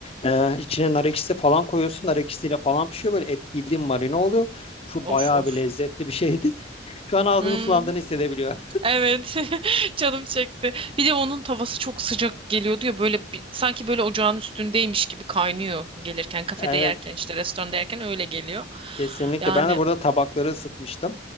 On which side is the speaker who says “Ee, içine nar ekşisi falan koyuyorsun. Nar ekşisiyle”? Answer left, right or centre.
Left